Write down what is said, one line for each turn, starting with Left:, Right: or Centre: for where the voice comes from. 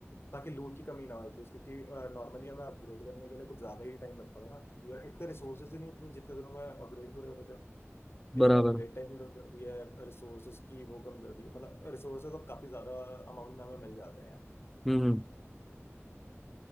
Left: ताकि लूट की कमी ना हो एटलीस्ट क्योंकि नॉर्मली हमें अपग्रेड करने के लिए कुछ ज्यादा ही टाइम लगता था ना कि यार उतने रिसोर्सेज ही नहीं होते थे जितने दिनों में अपग्रेड पूरे होते थे
Centre: बराबर
Left: इनने अपग्रेड टाइम कम कर दिया है रिसोर्सेज की वो कम कर दी है मतलब रिसोर्सेज अब काफी ज्यादा अमाउंट में हमें मिल जाते हैं
Centre: हम्म हम्म।